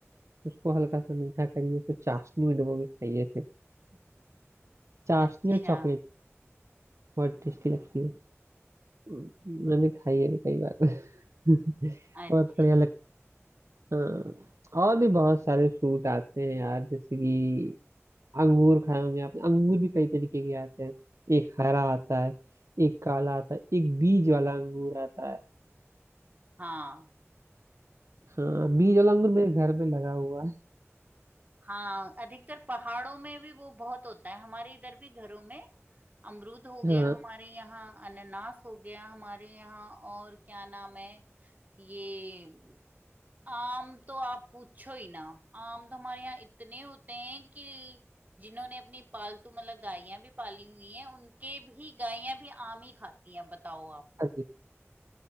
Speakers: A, on the right (about 75°); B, on the right (about 35°).
A: उसको हल्का सा मीठा करिए उसको चाशनी में डुबो के खाइए फिर चाशनी
B: अच्छा
A: और चॉकलेट बहुत टेस्टी लगती है मैंने खाई है कई बार <laughs>
B: अच्छा
A: बहुत बढ़िया लगता हाँ और भी बहुत सारे फ्रूट आते हैं यार जैसे कि अंगूर खाए होंगे आपने अंगूर भी कई तरीके के आते हैं एक हरा आता है एक काला आता है एक बीज वाला अंगूर आता है
B: हाँ
A: हाँ बीज वाला अंगूर मेरे घर में लगा हुआ है
B: हाँ अधिकतर पहाड़ों में भी वो बहुत होता है हमारे इधर भी घरों में अमरूद हो गया
A: हाँ
B: हमारे यहाँ अनानास हो गया हमारे यहाँ और क्या नाम है ये आम तो आप पूछो ही ना आम तो हमारे यहाँ इतने होते हैं कि जिन्होंने अपनी पालतू मतलब गायें भी पाली हुई हैं उनके भी गायें भी आम ही खाती हैं बताओ आप
A: अरे